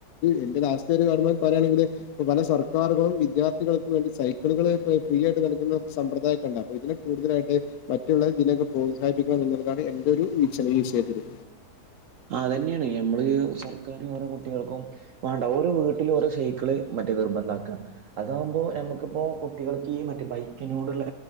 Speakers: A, on the left (about 75°); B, on the right (about 65°).
A: എന്റെ രാഷ്ട്രീയ കാര പറയയാണെങ്കിൽ പല സ്ഥ സർക്കാരറുകളും വിദ്യാർത്ഥികൾക്കും വേണ്ടി സൈക്കിളുകള് ഫ്രീ ആയിട്ട് നൽകുന്ന സമ്പ്രദായ കണ്ട അപ്പൊ ഇതില് കൂടുതലായിട്ട് മറ്റുള്ളവരെ ഇതിനൊക്കെ പ്രോത്സാഹിപ്പിക്കണം എന്നുള്ളതാണ് എന്റഒരു വീക്ഷണം ഈ വിഷയത്തില്
B: അതന്നെയാണ് ഞമ്മള് സർക്കർ ഓരോ കുട്ടികൾക്കും വേണ്ട ഓരോ വീട്ടിൽ ഓരോ സൈക്കിൾ വണ്ടി നിർബന്ധ മാകഅതാകുമ്പോ നമുക്കിപ്പോ കുട്ടികൾക്ക് മറ്റ ബൈക്കിനോടുള്ള